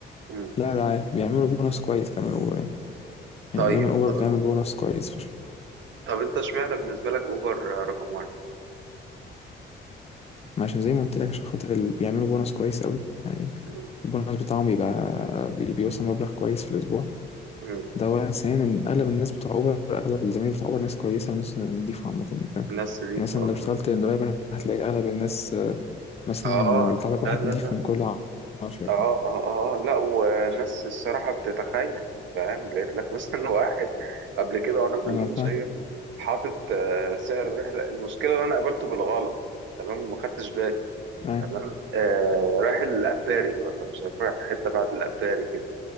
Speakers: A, on the right; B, on the left.
A: مم.
B: لا لا عادي بيعملوا بونص كويس كمان اوبر يعني يعني
A: طيب
B: دايما اوبر
A: طب
B: بتعمل بونص كويس فش...
A: طب انت اشمعنى بالنسبة لك اوبر رقم واحد
B: ما عشان زي ما قلت لك عشان خاطر اللي بيعملوا بونص كويس قوي يعني
A: مم.
B: البونص بتاعهم بيبقى بي- بيوصل مبلغ كويس في الاسبوع
A: مم.
B: ده أولا ثانيا أغلب الناس بتوع أوبر أغلب الزمايل بتوع أوبر ناس كويسة وناس نضيفة عامة يعني فاهم
A: ناس دي
B: يعني مثلا
A: في اه
B: لو اشتغلت
A: كوميدي.
B: درايفر هتلاقي أغلب الناس آه، مثلا
A: آه،
B: يطلع
A: لا
B: لك واحد
A: لا
B: نضيف
A: لا
B: من كل عشرة
A: اه
B: فاهم
A: اه اه لا وناس الصراحة بتتخيل فاهم لقيت لك مثلا <laughs> واحد قبل كده وانا في
B: أنا
A: المنشية
B: فاهم
A: حاطط آه، سعر الرحلة المشكلة اللي انا قابلته بالغلط تمام وما خدتش بالي
B: أيوة
A: تمام آه رايح الأباري ولا مش عارف رايح حتة بعد الأباري كده